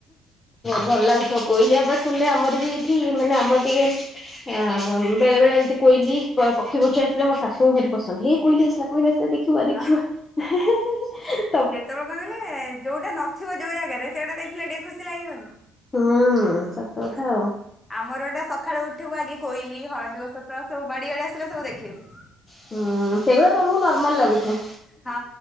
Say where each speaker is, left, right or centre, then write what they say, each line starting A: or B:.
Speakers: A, on the left; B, on the left.
A: ଭଲ ଲାଗୁଥିବ କୋଇଲି ଆବାଜ ଶୁଣିଲେ ଆମର ବି ଏଇଠି ମାନେ ଆମର ଟିକେ ଆ ବେଳେ ବେଳେ ଏମିତି କୋଇଲି ପକ୍ଷୀ ଫକ୍ଷୀ ଆସିଲେ ମୋ ଶାଶୁଙ୍କୁ ଭାରି ପସନ୍ଦ। ହେ କୋଇଲି ଆସିଲା କୋଇଲି ଆସିଲା ଦେଖି ଦେଖିବୁ
B: ହଁ
A: ଆ ହେ ହେ।
B: ଯେତେବେଳେ ମିଳିଲେ ଯୋଉଟା ନଥିବ ଯୋଉ ଜାଗାରେ ସେଇଟା ଦେଖିଲେ ଟିକେ ଖୁସି ଲାଗିବନି।
A: ହୁଁ ସତ କଥା ଆଉ।
B: ଆମର ଏଟା ସକାଳୁ ଉଠିବୁ ଆଗେ କୋଇଲି, ହଳଦୀ ବସନ୍ତ ସବୁ ବାଡି ଆଡ଼େ ଆସିଲେ ସବୁ ଦେଖିବୁ।
A: ହୁଁ ସେଇ ଗୁଡ଼ା ତମକୁ ନର୍ମାଲ ଲାଗୁଥିବ।
B: ହଁ।